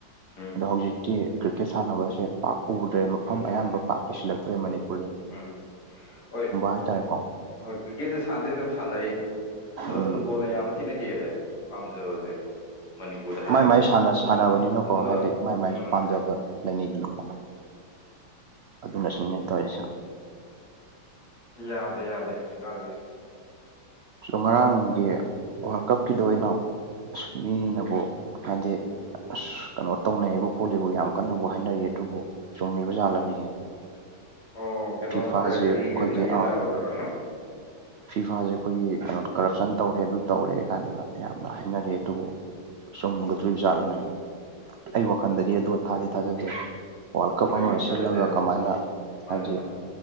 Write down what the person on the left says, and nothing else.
ꯎꯝ
ꯎꯝ ꯍꯣꯏ
ꯍꯣꯏ ꯀ꯭ꯔꯤꯛꯀꯦꯠꯁꯦ ꯁꯥꯟꯗꯤ ꯑꯗꯨꯝ ꯁꯥꯟꯅꯩ ꯑꯗꯣ
ꯐꯨꯠꯕꯣꯜ ꯌꯥꯝ ꯊꯤꯅ ꯍꯦꯜꯂꯦ ꯄꯥꯝꯖꯕꯁꯦ ꯃꯅꯤꯄꯨꯔꯗ ꯍꯥꯏꯔꯒꯗꯤ
ꯑꯗꯨꯒ
ꯎꯝ
ꯌꯥꯗꯦ ꯌꯥꯗꯦ ꯍꯧꯖꯤꯛꯀꯥꯟꯁꯦ
ꯑꯣ ꯀꯩꯅꯣ
ꯔꯦꯐ꯭ꯔꯤꯒ
ꯀꯩꯅꯣ ꯌꯦꯠꯅꯕꯗꯨꯔꯣ
ꯑꯩꯁꯨ
ꯊꯥꯖꯗꯦꯗ
ꯃꯥꯅꯤ
ꯃꯥꯅꯤ